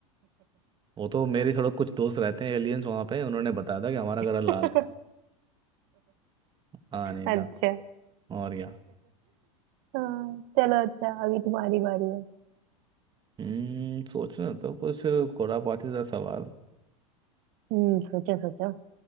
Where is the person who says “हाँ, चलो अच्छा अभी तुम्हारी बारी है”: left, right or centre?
Right